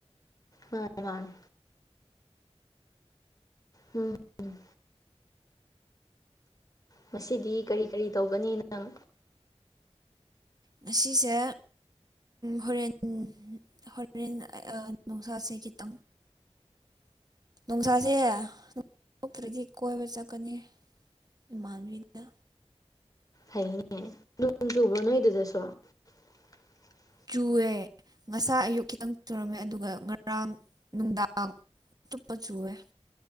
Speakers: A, on the left; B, on the right.
A: ꯎ ꯎꯝ ꯉꯁꯤꯗꯤ ꯀꯔꯤ ꯀꯔꯤ ꯇꯧꯒꯅꯤ ꯅꯪ
B: ꯉꯁꯤꯁꯦ ꯍꯣꯔꯦꯟ ꯍꯣꯔꯦꯟ ꯅꯨꯡꯁꯥꯁꯦ ꯈꯤꯇꯪ ꯅꯨꯡꯁꯥꯁꯦ ꯊꯣꯛꯇ꯭ꯔꯗꯤ ꯀꯣꯏꯕ ꯆꯠꯀꯅꯤ ꯏꯃꯥꯟꯕꯤꯗ
A: ꯍꯩꯅꯦ ꯅꯣꯡ ꯆꯨꯕ꯭ꯔꯣ ꯅꯣꯏꯗꯨꯗꯁꯨ <inaudible>
B: ꯆꯨꯑꯦ ꯉꯁꯥ ꯑꯌꯨꯛ ꯈꯤꯇꯪ ꯆꯨꯔꯝꯃꯦ ꯑꯗꯨꯒ ꯉꯔꯥꯡ ꯅꯨꯡꯗꯥꯡ ꯇꯨꯞꯄ ꯆꯨꯦ